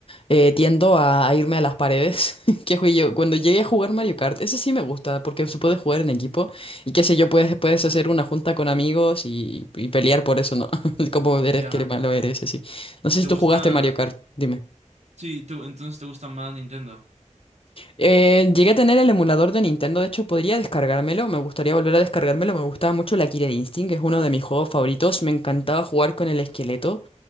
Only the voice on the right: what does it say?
ya.
¿Te
gusta?
Sí, tú- entonces te gusta más Nintendo.